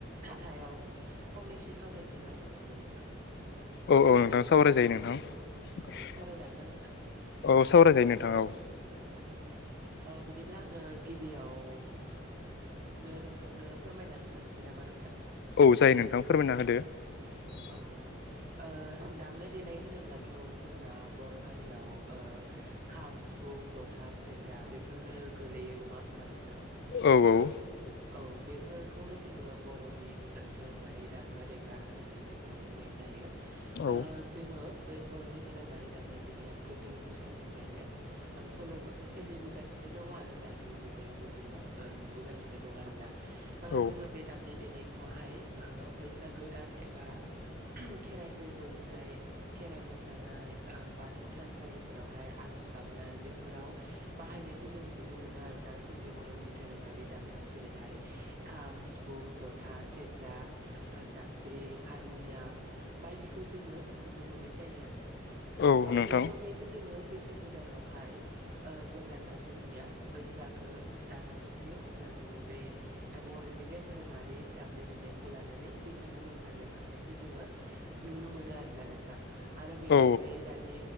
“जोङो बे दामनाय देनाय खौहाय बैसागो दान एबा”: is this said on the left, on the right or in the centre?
Right